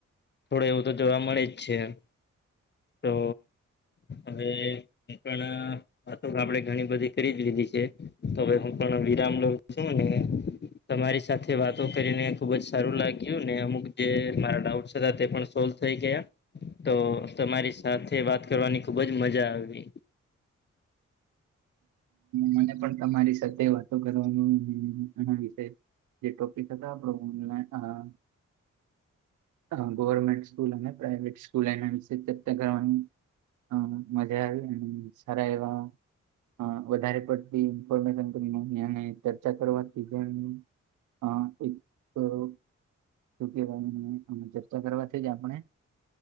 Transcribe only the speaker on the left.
થોડું એવું તો જોવા મળે જ છે એમ. તો હવે એ પણ વાતોક આપણેે ઘણી બધી કરી જ લીધી છે તો હવે હું પણ વિરામ લઉ છું ને તમારી સાથે વાતો કરીને ખુબ જ સારું લાગ્યું ને અમુક જે મારા ડાઉન્ટ્સ હતા તે પણ સોલ્વ થઈ ગયા. તો તમારી સા સાથે વાત કરવાની ખુબ જ મજા આવી.